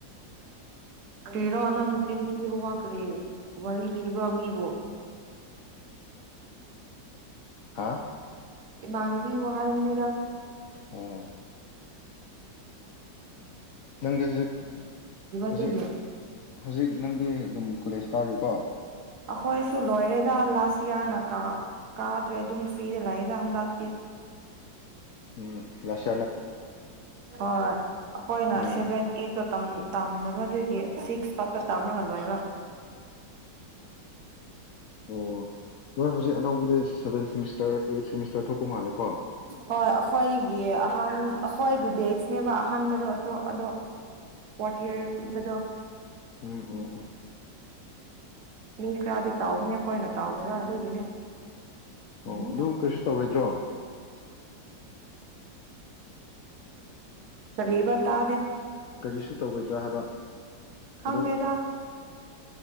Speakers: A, on the right (about 65°); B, on the left (about 75°).
A: ꯑ ꯀꯤꯔꯣ ꯅꯪꯅ ꯇꯤꯟꯊꯤꯕ ꯋꯥꯈ꯭ꯔꯦ ꯋꯥꯔꯤ ꯂꯤꯅꯤꯕ꯭ꯔꯣ ꯃꯤꯕꯨꯣ
B: ꯍꯥꯥ
A: ꯏꯕꯥꯅꯕꯤ ꯋꯥꯍ ꯃꯅꯦꯗꯥ
B: ꯑꯣ
A: ꯑꯣ
B: ꯅꯪꯗꯤ ꯍꯧꯖꯤꯛ ꯍꯧꯖꯤꯛ
A: ꯑꯗꯨꯒꯤ
B: ꯍꯧꯖꯤꯛ ꯅꯪꯗꯤ ꯑꯗꯨꯝ ꯀꯣꯂꯦꯖ ꯀꯔꯤꯀꯣ
A: ꯑꯩꯈꯣꯏꯁꯨ ꯂꯣꯏꯔꯦꯗ ꯂꯥꯁ ꯌꯌꯥꯔꯅ ꯀꯥꯗ꯭ꯔꯦ ꯑꯗꯨꯝ ꯐ꯭ꯔꯤꯗ ꯂꯥꯛꯑꯦꯗ ꯍꯟꯗꯛꯇꯤ
B: ꯎꯝ ꯂꯁ
A: ꯍꯣꯏ ꯑꯩꯈꯣꯏꯅ
B: ꯎꯝ
A: ꯁꯚꯦꯟ ꯑꯩꯠ ꯇꯝꯅꯕ ꯑꯗꯨꯏꯒꯤ ꯁꯤꯛꯁ ꯐꯥꯎꯕꯀ ꯇꯥꯝꯅꯍꯜꯂꯣꯏꯕ
B: ꯑꯣ ꯅꯣꯏ ꯍꯧꯖꯤꯛ ꯑꯅꯧꯕꯗꯤ ꯁꯚꯦꯟ ꯁꯦꯃꯤꯁꯇꯔ ꯑꯩꯠ ꯁꯦꯃꯤꯁꯇꯔ ꯊꯣꯛꯄ ꯃꯥꯜꯂꯦꯀꯣ
A: ꯍꯣꯏ ꯑꯩꯈꯣꯏꯒꯤ ꯑꯍ ꯑꯩꯈꯣꯏꯒꯤ ꯕꯦꯁꯅꯦꯕ ꯑꯍꯥꯟꯕꯗꯣꯁꯨ ꯑꯗꯣ ꯐꯣꯔꯇꯤꯔ ꯄꯤꯕꯗꯣ
B: ꯎꯝ ꯎꯝ ꯎꯝ
A: ꯃꯤ ꯈꯔꯗꯤ ꯇꯥꯎꯕꯅꯦ ꯑꯩꯈꯣꯏꯅ ꯇꯥꯎꯗꯅ ꯑꯗꯨꯒꯤꯅꯦ ꯎꯝ
B: ꯑꯣ ꯑꯗꯨ ꯀꯔꯤꯁꯨ ꯇꯧꯔꯣꯏꯗ꯭ꯔꯣ
A: ꯀꯤꯕ ꯇꯗꯦ
B: ꯀꯔꯤꯁꯨ ꯇꯧꯔꯣꯏꯗ꯭ꯔꯣ ꯍꯥꯏꯕ
A: ꯈꯪꯕꯦꯗꯥ
B: ꯑꯗꯨ